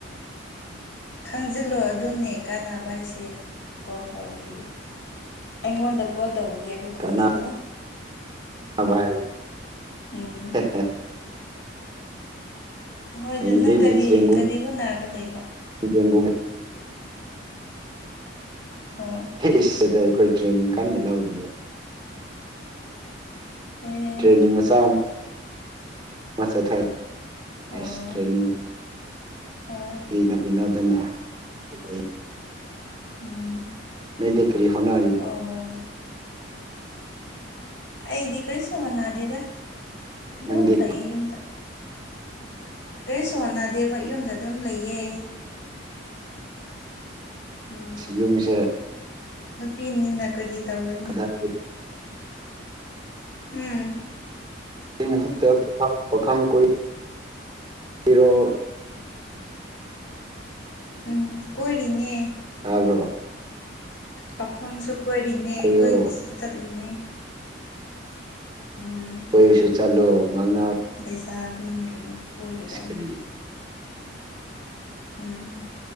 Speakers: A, on the left; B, on the right.
A: ꯈꯪꯖꯤꯜꯂꯣ ꯑꯗꯨꯅꯦ ꯀꯥꯟꯅꯕ ꯍꯥꯏꯁꯦ ꯀꯣꯜ ꯇꯧꯒꯦ ꯑꯩꯉꯣꯟꯗ ꯀꯣꯜ ꯇꯧꯕꯒꯤ ꯑꯗ ꯈꯪꯖꯤꯜꯂꯣ
B: ꯀꯥꯟꯅꯕ <unintelligible>
A: ꯎꯝ ꯍꯣꯏ ꯑꯗꯨ
B: ꯍꯌꯦꯡꯗꯩꯗꯤ
A: ꯅꯪ ꯀꯔꯤ
B: ꯆꯦꯡꯒꯨꯝ
A: ꯀꯔꯤ ꯍꯣꯠꯅꯔꯒ ꯂꯩꯕ
B: <unintelligible>
A: ꯍ
B: ꯏꯁꯁꯤꯗ ꯑꯩꯈꯣꯏ ꯇ꯭ꯔꯦꯅꯤꯡ ꯀꯟꯅ ꯂꯧꯔꯤꯌꯦ
A: ꯎꯝ
B: ꯇ꯭ꯔꯦꯅꯤꯡ ꯃꯆꯥ ꯑꯃ ꯑꯃ ꯆꯠꯊꯔꯤ
A: ꯑꯣ
B: ꯑꯁ ꯇ꯭ꯔꯦꯅꯤꯡ
A: ꯍꯣꯏ
B: ꯅꯪꯒꯤꯅꯣꯗꯅ <unintelligible>
A: ꯎꯝ
B: ꯅ ꯗꯈꯔꯤ ꯍꯅ ꯑꯔꯤ
A: ꯍ ꯍꯣꯏ ꯍꯣꯏ ꯑꯩꯗꯤ ꯀꯔꯤꯁꯨ ꯍꯣꯟꯅꯗꯦꯗ ꯑꯗꯨꯝ
B: ꯅꯪꯗꯤ
A: ꯂꯩꯌꯦ
B: ꯀꯔꯤ
A: ꯌꯨꯝꯗ ꯑꯩ ꯁꯣꯟꯅꯗꯦꯕ ꯌꯨꯝꯗ ꯑꯗꯨꯝ ꯂꯩꯌꯦ ꯎꯝ
B: ꯌꯨꯝꯁꯦ
A: ꯅꯨꯄꯤꯅꯤꯅ ꯀꯔꯤ ꯇꯧꯔꯨꯅꯤ
B: <inaudible>
A: ꯎꯝ
B: ꯑꯩꯃꯨꯍꯨꯔ ꯄ ꯄꯈ ꯀꯣꯏ ꯄꯤꯔꯣ
A: ꯎꯝ ꯀꯣꯏꯔꯤꯅꯦ
B: ꯇꯥꯕ꯭ꯔꯣ
A: ꯄꯥꯈꯣꯡꯁꯨ ꯀꯣꯏꯔꯤꯅꯦ
B: ꯀꯣꯏꯌꯣ
A: ꯀꯣꯏꯕꯁꯨ ꯆꯠꯂꯤꯅꯦ ꯎꯝ
B: ꯀꯁꯨ ꯆꯜꯂꯣ ꯉꯅ
A: ꯂꯩꯁꯥꯕꯤꯅꯤꯔꯅ ꯀꯣꯏꯔꯗꯝ
B: ꯀꯔꯤ
A: ꯎꯝ